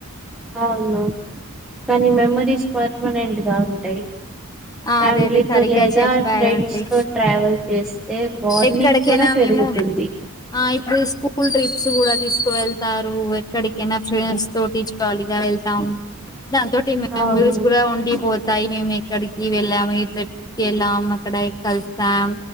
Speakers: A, in the centre; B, on the left (about 15°).
A: అవును కానీ మెమరీస్ పర్మనెంట్ గా ఉంటాయి.
B: ఆ!
A: ఫ్యామిలీతో
B: అదైతే సరిగ్గా
A: లేదా
B: చెప్పారండి
A: ఫ్రెండ్స్ తో ట్రావెల్ చేస్తే బాండింగ్
B: ఎక్కడికైనా
A: కూడా పెరుగుతుంది
B: మేము ఆ ఇప్పుడు స్కూల్ ట్రిప్స్ కూడా తీసుకు వెళ్తారు ఎక్కడికైనా ఫ్రెండ్స్ తో టీచర్ జాలీగా వెళ్తాం దా తోటి మెమరీస్
A: అవును
B: కూడా ఉండిపోతై వస్తాయి మేము ఎక్కడికి వెళ్ళాము ఈ ట్రిప్కి వెళ్ళాం అక్కడ కలిసాం